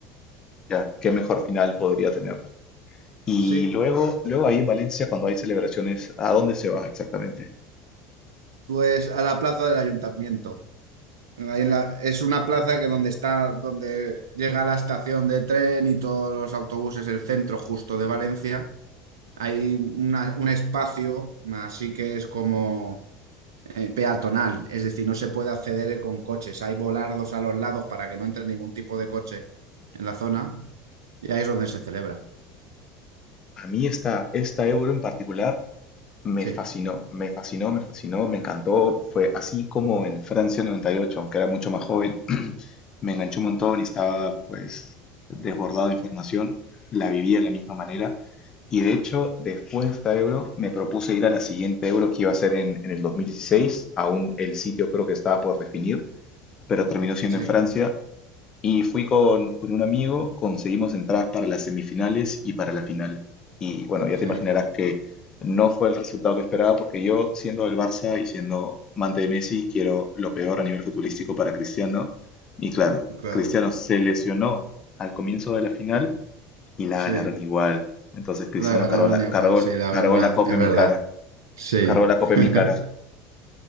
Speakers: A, on the left (about 35°); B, on the right (about 65°).
A: ya, ¿qué mejor final podría tener? Y
B: Sí,
A: luego, luego ahí en Valencia, cuando hay celebraciones, ¿a dónde se va exactamente?
B: pues a la plaza del ayuntamiento. Ahí en la- es una plaza que donde está, donde llega la estación de tren y todos los autobuses, el centro justo de Valencia. Hay una- un espacio, así que es como eh, peatonal, es decir, no se puede acceder con coches. Hay volardos a los lados para que no entre ningún tipo de coche en la zona y ahí es donde se celebra.
A: A mí esta, esta Euro en particular me
B: Sí,
A: fascinó, me fascinó, me fascinó, me encantó. Fue así como en Francia 98, aunque era mucho más joven, me enganchó un montón y estaba pues desbordado de información. La viví de la misma manera. Y de hecho, después de esta Euro, me propuse ir a la siguiente Euro que iba a ser en, en el 2016. Aún el sitio creo que estaba por definir, pero terminó siendo
B: sí,
A: en Francia Y fui con, con un amigo, conseguimos entradas para las semifinales y para la final. Y bueno, ya
B: sí,
A: te imaginarás que no fue el resultado que esperaba porque yo, siendo del Barça y siendo amante de Messi, quiero lo peor a nivel futbolístico para Cristiano. Y claro,
B: claro,
A: Cristiano se lesionó al comienzo de la final y la
B: sí.
A: ganaron igual. Entonces Cristiano
B: La ganaron
A: cargó la,
B: igual,
A: cargó,
B: sí, la
A: cargó
B: verdad,
A: la copa
B: es
A: en
B: verdad.
A: mi cara,
B: Sí.
A: cargó la copa
B: <laughs>
A: en mi cara.